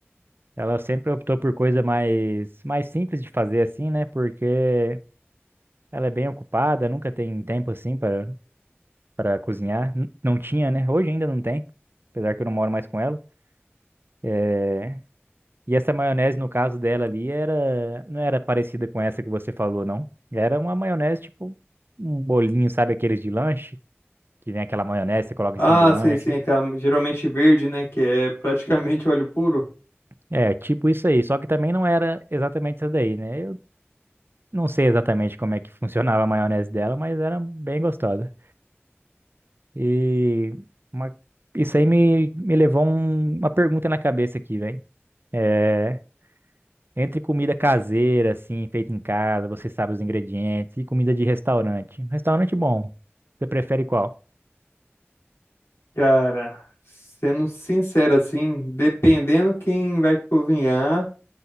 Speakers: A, on the right; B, on the left.
A: Ela sempre optou por coisa mais, mais simples de fazer assim, né? Porque ela é bem ocupada, nunca tem tempo assim para para cozinhar. N- Não tinha, né? Hoje ainda não tem, apesar que eu não moro mais com ela. É, E essa maionese, no caso dela ali, era não era parecida com essa que você falou, não. Era uma maionese tipo um bolinho, sabe aqueles de lanche? Que vem aquela maionese, você coloca
B: Ah,
A: em cima do lanche.
B: sei, sim, aquela geralmente verde, né? Que é praticamente óleo puro.
A: É, tipo isso aí. Só que também não era exatamente essa daí, né? Eu Não sei exatamente como é que funcionava a maionese dela, mas era bem gostosa. E uma- isso aí me, me levou um- uma pergunta na cabeça aqui, velho. É, entre comida caseira, assim, feita em casa, você sabe os ingredientes, e comida de restaurante. Um Restaurante bom, você prefere qual?
B: Cara, sendo sincero assim, dependendo quem vai cozinhar,